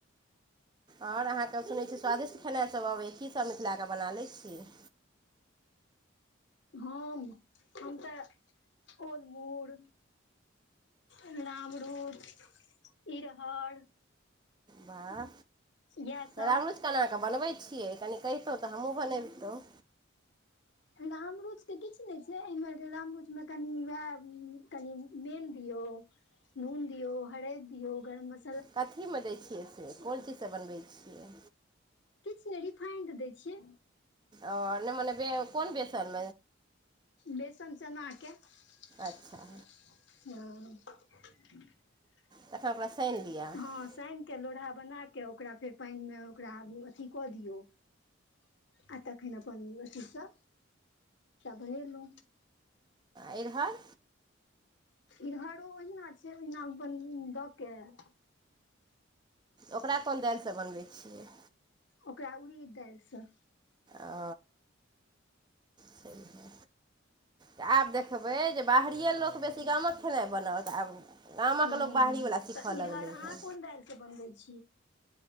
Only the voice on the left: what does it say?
ह हम तऽ ओलमूड़ अमरुद इरहर
इएह
सब
रामरुच के किछु नहि छै एर रामरुच मे कनि वएह कनि मेल दिय नून दियौ हरद दियऔ गरम मसा
किछु नहि रिफाइंड दै छियै
बेसन चना के हँ
हँ साइन के लोडहा बनाके के ओकरा फेर पानि मे ओकरा अथी कऽ दियौ आ तखैन अथी स बनलहु
इरहरो ओहिना छै ओहिना अपन दऽ कऽ
ओकरा उड़ीद दालि सँ
ह्म
तऽ इरहर
अहाँ
कोन दालि स बनबै छियै